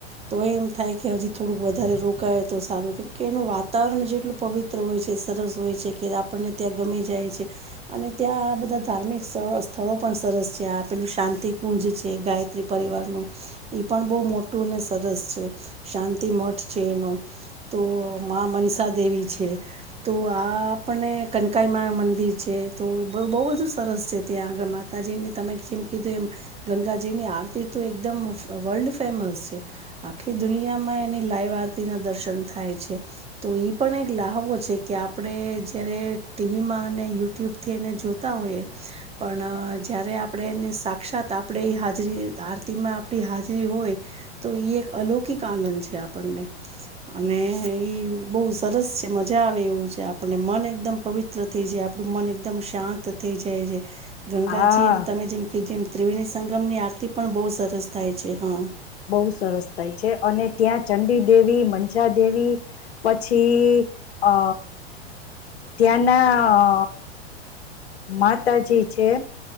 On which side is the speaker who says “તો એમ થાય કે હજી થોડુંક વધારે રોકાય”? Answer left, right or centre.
Right